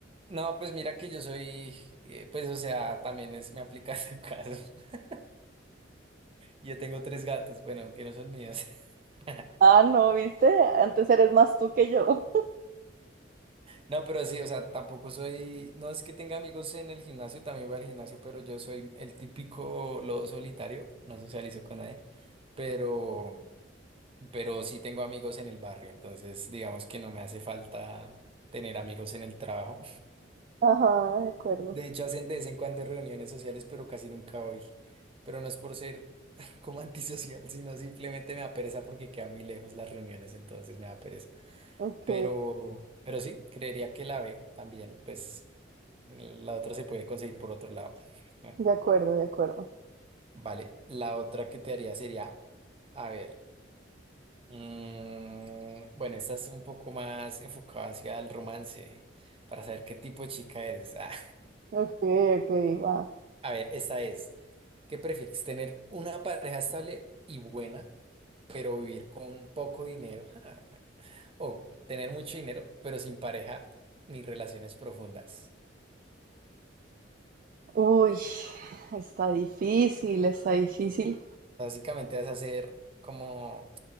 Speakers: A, on the right (about 30°); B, on the right (about 50°).
A: no, pues mira que yo soy, eh, pues o sea, también es, me aplica tu caso. <laughs> Yo tengo tres gatos, bueno, que no son míos. <laughs>
B: Ah, no, ¿viste? Antes eres más tú que yo.
A: No, pero sí, o sea, tampoco soy, no es que tenga amigos en el gimnasio, también voy al gimnasio, pero yo soy el típico lobo solitario, no socializo con nadie, pero, pero sí tengo amigos en el barrio, entonces digamos que no me hace falta tener amigos en el trabajo.
B: Ajá, de acuerdo.
A: De hecho, hacen de vez en cuando reuniones sociales, pero casi nunca voy. Pero no es por ser <laughs> como antisocial, sino simplemente me da pereza porque queda muy lejos las reuniones, entonces me da pereza.
B: Ok,
A: Pero, pero sí, creería que la B también, pues la otra se puede conseguir por otro lado. <laughs>
B: de acuerdo, de acuerdo.
A: Vale, la otra que te haría sería, a ver, mm, bueno, esta es un poco más enfocada hacia el romance, para saber qué tipo de chica eres. <laughs> Ah,
B: Ok, ok, va.
A: <laughs> A ver, esta es. ¿Qué prefieres? ¿Tener una pareja estable y buena, pero vivir con poco dinero? <laughs> Ja. O tener mucho dinero, pero sin pareja ni relaciones profundas.
B: Uy, está difícil, está difícil.
A: Básicamente vas a ser como,